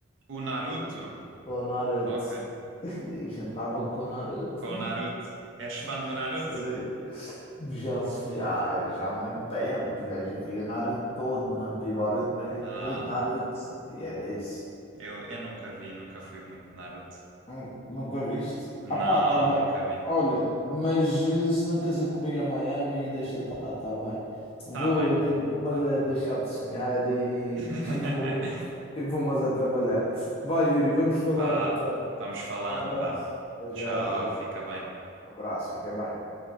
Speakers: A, on the right; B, on the left.
A: O Naruto?
B: Ou Naruto.
A: Ok.
B: <laughs> E jantava com Naruto.
A: Com o Naruto. És fã do
B: <laughs>
A: Naruto?
B: Será? Já, se- já, já há muito tempo, já, já vi o Naruto todo, não vi Boruto, mas vi
A: Ah,
B: Naruto, Naruto. E era isso.
A: eu, eu nunca vi, nunca fui muito Naruto.
B: Nun- Nunca viste?
A: Não,
B: Ah pá, tá bem.
A: nunca vi.
B: Olha, mas eh, se não queres ir comigo a Miami, deixa estar, tá bem. Vou,
A: Tá bem,
B: de- vou mas
A: tá
B: é
A: bem.
B: deixar de sonhar e,
A: <laughs>
B: <laughs> e vou, e vou mas é trabalhar. Vai, Yuri, vamos falando
A: Vá,
B: então.
A: vamos falando,
B: Um abraço.
A: vá.
B: Até
A: Tchau,
B: já, até já.
A: fica bem.
B: Um abraço, fica bem.